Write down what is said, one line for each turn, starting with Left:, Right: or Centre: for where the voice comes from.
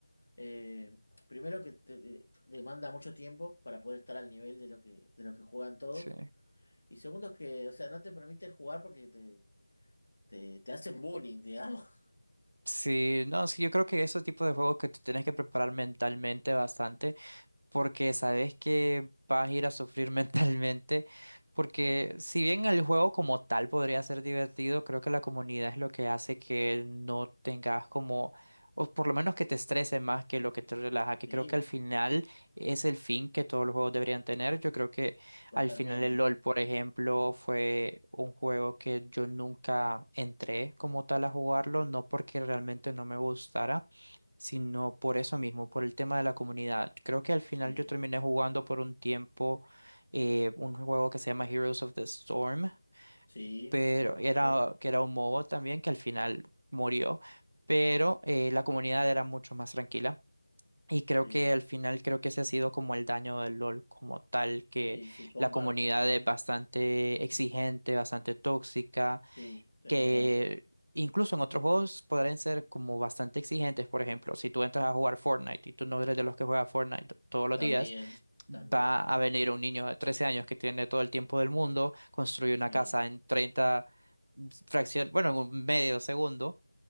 Left: Eh, primero que te- te- demanda mucho tiempo para poder estar al nivel de lo que, de lo que juegan todos.
Right: sí.
Left: Y segundo que, o sea, no te permiten jugar porque te, te, te hacen bullying, digamos. <laughs>
Right: Sí, no, sí, yo creo que esos tipos de juegos que tú tienes que preparar mentalmente bastante, porque sabes que vas a ir a sufrir <laughs> mentalmente, porque si bien el juego como tal podría ser divertido, creo que la comunidad es lo que hace que él no tengas como, o por lo menos que te estrese más que lo que te relaja, que
Left: Sí,
Right: creo que al final es el fin que todos los juegos deberían tener. Yo creo que
Left: totalmente.
Right: al final el LOL, por ejemplo, fue un juego que yo nunca entré como tal a jugarlo, no porque realmente no me gustara sino por eso mismo, por el tema de la comunidad. Creo que al final
Left: Sí,
Right: yo terminé jugando por un tiempo eh, un juego que se llama Heroes of the Storm,
Left: sí,
Right: pero
Left: lo conozco.
Right: era que era un MOBA también que al final murió, pero eh, la comunidad era mucho más tranquila. Y creo
Left: Sí,
Right: que al final creo que ese ha sido como el daño del LOL como tal, que
Left: sí, sí, comparto.
Right: la comunidad es bastante exigente, bastante tóxica
Left: Sí, es
Right: que
Left: verdad.
Right: incluso en otros juegos podrían ser como bastante exigentes. Por ejemplo, si tú entras a jugar Fortnite y tú no eres de los que juega Fortnite todos los
Left: También,
Right: días,
Left: también.
Right: va a venir un niño de 13 años que tiene todo el tiempo del mundo, construye
Left: Sí,
Right: una casa en 30 fracción, bueno, en un medio segundo,